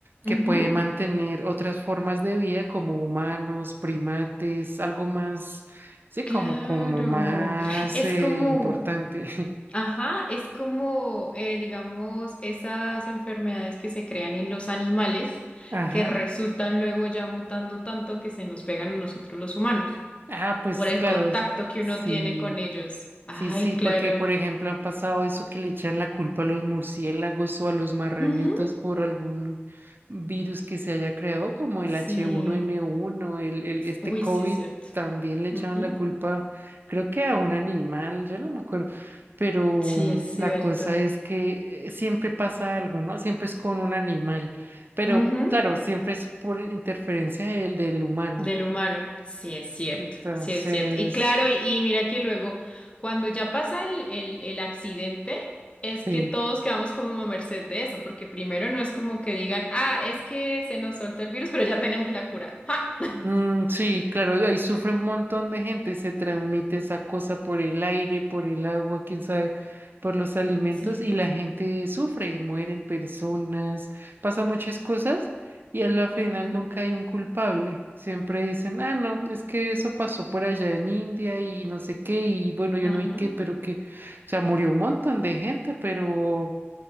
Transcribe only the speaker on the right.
que
puede mantener otras formas de vida como humanos, primates, algo más, sí,
como, como más
eh,
importante.
<laughs> Ajá.
Ah, pues
claro,
sí.
Sí, sí,
porque por ejemplo han pasado eso que le echan la culpa a los murciélagos o a los marranitos
por algún virus que se haya creado, como el
h uno n uno, el, el- este
COVID,
también le echaban
la culpa, creo que a un animal, yo no me acuerdo, pero
mm,
la cosa es que eh, siempre pasa algo, ¿no? Siempre es con un animal, pero
claro, siempre es por interferencia del, del humano.
Entonces,
sí.
Mm, sí, claro, ahí sufre un montón de gente, se transmite esa cosa por el aire, por el agua, quién sabe, por los alimentos
y la gente sufre, mueren personas, pasan muchas cosas y a la final
nunca hay un culpable. Siempre dicen, ah, no, es que eso pasó por allá en India y no sé qué, y bueno, yo
no vi qué, pero que, o sea, murió un montón de gente, pero